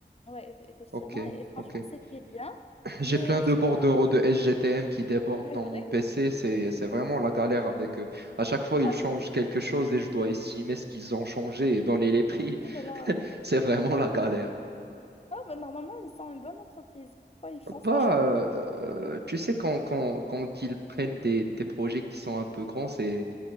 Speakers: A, on the left; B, on the right.
A: ouais, effectivement.
B: OK.
A: Et franchement,
B: OK.
A: c'était bien.
B: <clears throat> J'ai
A: Mais
B: plein de
A: c'était
B: bordereaux de SGTM qui débordent
A: c'est
B: dans
A: vrai?
B: mon PC. C'est, c'est vraiment la galère avec eux. À chaque fois, ils
A: Ah
B: changent
A: bon?
B: quelque chose et je dois estimer ce qu'ils ont changé et donner les prix. <laughs>
A: Oh là là.
B: C'est vraiment la galère.
A: Ah bah normalement, ils sont une bonne entreprise. Pourquoi ils font ça?
B: Bah,
A: <laughs>
B: euh, euh, tu sais, quand, quand, quand ils prennent des, des projets qui sont un peu grands, c'est